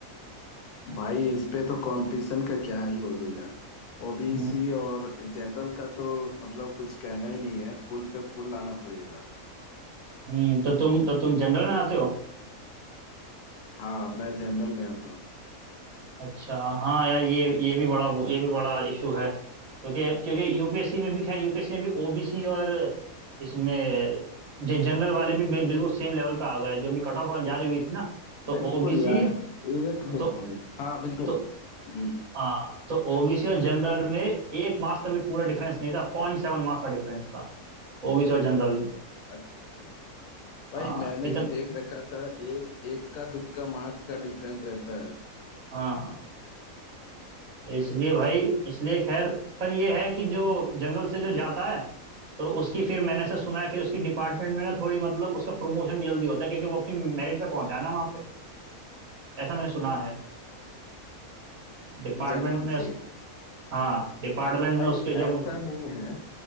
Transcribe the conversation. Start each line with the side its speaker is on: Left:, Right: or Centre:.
Left: भाई इस पे तो कंपटीशन का क्या ही बोलूं यार ओबीसी
Right: हम्म
Left: और जनरल का तो मतलब कुछ कहना ही नहीं है फुल पे फुल लाना पड़ेगा
Right: हम्म, तो तुम तो तुम जनरल में आते हो
Left: हाँ मैं जनरल में आता हूँ
Right: अच्छा हाँ यार ये ये भी बड़ा ये भी बड़ा इशू है क्योंकि क्योंकि यूपीएससी में भी खैर यूपीएससी में भी ओबीसी और इसमें जो जनरल वाले भी बे- बिल्कुल सेम लेवल पे आ गए जो भी कट ऑफ जारी हुई थी ना तो ओबीसी
Left: बिल्कुल यार एक दो
Right: तो
Left: पॉइंट हाँ बिल्कुल
Right: तो
Left: हम्म
Right: हाँ तो ओबीसी और जनरल में एक मार्क्स का भी पूरा डिफरेंस नहीं था पॉइंट सेवन मार्क्स का डिफरेंस था ओबीसी और जनरल में
Left: अच्छा भाई
Right: हाँ
Left: मैंने
Right: इतना
Left: भी देख रखा था एक एक का दुक्का मार्क्स का डिफरेंस रहता
Right: हाँ इसलिए भाई इसलिए खैर पर ये है कि जो जनरल से जो
Left: है
Right: जाता है तो उसकी फिर मैंने ऐसा सुना है फिर उसकी डिपार्टमेंट में ना थोड़ी मतलब उसका प्रमोशन भी जल्दी होता है क्योंकि वो अपनी मेरिट पे पहुंचाना वहां पे ऐसा मैंने सुना है डिपार्टमेंट
Left: जनरल
Right: में उस
Left: से
Right: हाँ डिपार्टमेंट में
Left: भाई
Right: उसके जो
Left: ऐसा
Right: मुख्य-
Left: नहीं है